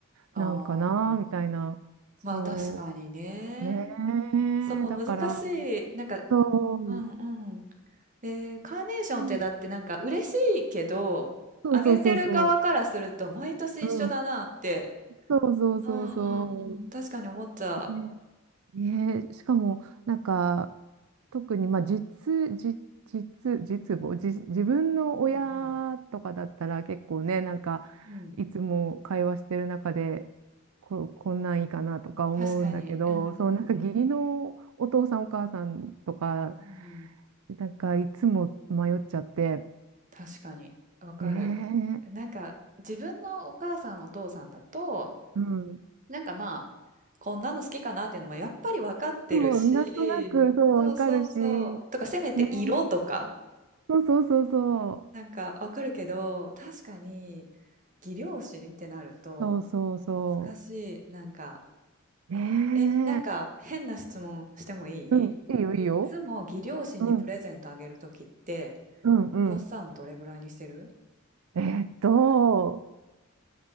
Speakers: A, on the right; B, on the right.
A: ああ、
B: なんかな、みたいな、そ
A: まあ確かにね。
B: う、ね
A: そう、
B: え、だから、
A: 難しい。なんか、
B: そう、う
A: うんうん。えーカーネーションってだってなんか嬉しいけど、
B: んそうそうそうそ
A: あげてる側からすると毎年一緒だなって、
B: う、うん、そうそうそうそ
A: うんうんうん、確かに思っちゃ
B: う、ねねえ、しかも、なんか、特に、まあ、実、実、実、実母、じ、自分の親とかだったら結構ね、
A: ううん
B: なんか、
A: うんうん。うん、
B: いつも会話してる中で、こ、こんなんいいかなとか思うんだけど、
A: 確かに。うんうんうん。
B: そう、なんか義理のお父さんお母さんとか、
A: うん
B: なんかいつも迷っちゃって、
A: 確かに、わかる。
B: ええ
A: なんか、自分のお母さん、お父さんだと、
B: うん。
A: なんかまあ、こんなの好きかなっていうのもやっぱりわかってるし、
B: そう、なんとなく、そう、
A: そうそうそう。
B: わかるし、ね
A: とか、せめて色とか、
B: え、そうそうそうそう、
A: なんかわかるけど、確かに、義両親ってなると、
B: そうそうそう。
A: 難しい。なんか、
B: ねえ。
A: え、なんか、変な質問してもいいいっつも義両親にプレゼントあげるときって、
B: うん、いいよ、いいよ。うん、うん、うん。
A: 予算どれぐらいにしてる
B: えーっと、